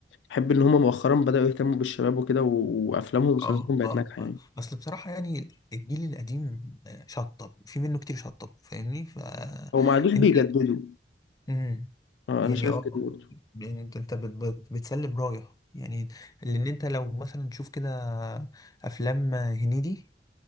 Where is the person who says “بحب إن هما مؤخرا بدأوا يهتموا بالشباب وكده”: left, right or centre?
Left